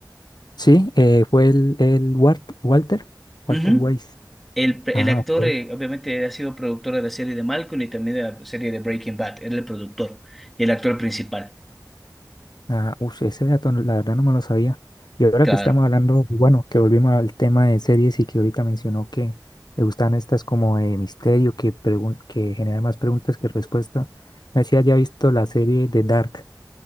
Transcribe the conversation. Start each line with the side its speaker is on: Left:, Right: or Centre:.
Left: Sí, eh, fue el, el Wart- Walter, Walter
Centre: Ujú.
Left: Weiss.
Centre: El, el
Left: Ah,
Centre: actor,
Left: ok.
Centre: eh, obviamente, ha sido productor de la serie de Malcolm y también de la serie de Breaking Bad. Era el productor y el actor principal.
Left: Ah, ush, ese dato no- la verdad no me lo sabía. Y ahora
Centre: Claro.
Left: que estamos hablando, bueno, que volvimos al tema de series y que ahorita mencionó que le gustan estas como de misterio, que, pregun- que generan más preguntas que respuestas. No sé si haya visto la serie de Dark.